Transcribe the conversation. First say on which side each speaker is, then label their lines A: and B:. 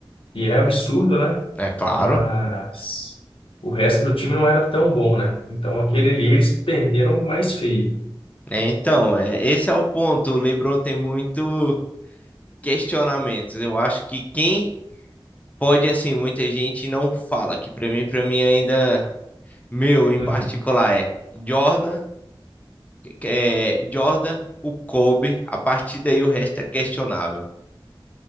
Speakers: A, on the left (about 80°); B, on the left (about 15°).
A: e é absurdo, né?
B: É claro.
A: mas o resto do time não era tão bom, né? Então aquele ali eles perderam mais feio.
B: É, então, é, esse é o ponto, o LeBron tem muito questionamentos, eu acho que quem pode, assim, muita gente não fala, que pra mim, para mim ainda, meu, em
A: Uhum.
B: particular, é Jordan, é, Jordan, o Kobe, a partir daí o resto é questionável.